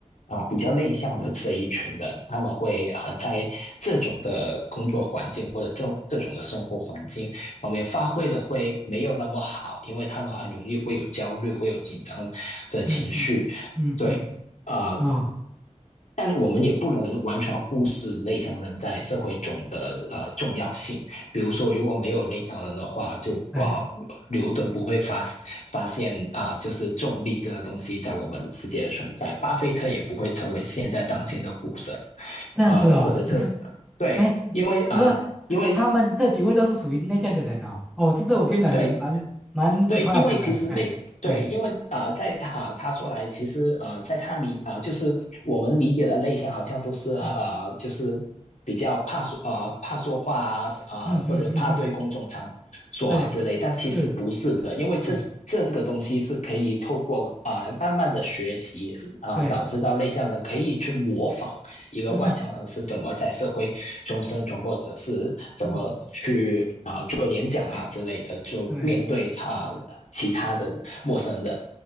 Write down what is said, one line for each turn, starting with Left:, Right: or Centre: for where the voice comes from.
Left: 啊、呃比较内向的这一群人，他们会啊、呃在这种的工作环境或者这这种的生活环境方面发挥的会没有那么好，因为他们很容易会有焦虑，会有紧张的情绪。
Centre: 嗯嗯嗯嗯，
Left: 对，啊、呃
Centre: 哦，
Left: 但我们也不能完全忽视内向人在社会中的呃重要性。比如说，如果没有内向人的话，就啊、
Centre: 对，
Left: 呃牛顿不会发发现啊、呃就是重力这个东西在我们世界的存在，巴菲特也不会成为现在当今的股神，
Centre: 这样子哦，
Left: 呃，或者这对，
Centre: 哎，
Left: 因为啊，
Centre: 就是说
Left: 呃因为
Centre: 他们这几位都是属于内向的人哦，哦，这这我听得很蛮蛮
Left: 对对，
Centre: surprise
Left: 因为其实类对，
Centre: 的，哎哎，
Left: 因为啊、呃在他啊、呃他说来，其实啊、呃在他理啊、呃就是我们理解的类型，好像都是呃，
Centre: 嗯
Left: 就是比较怕说啊、呃怕说话啊啊、
Centre: 嗯嗯嗯嗯，
Left: 呃或者怕对公众场所啊之类，
Centre: 对，
Left: 但其实不是的，
Centre: 是，
Left: 因为这这个东西是可以透过啊、
Centre: 哎
Left: 呃慢慢的学习啊、
Centre: 对，
Left: 呃导致到内向人可以去模仿一个外向人是怎么在社会中生存，
Centre: 嗯
Left: 或者是怎么去做演讲啊之类的，
Centre: 嗯
Left: 就面对啊、
Centre: 对
Left: 呃其他的陌生人。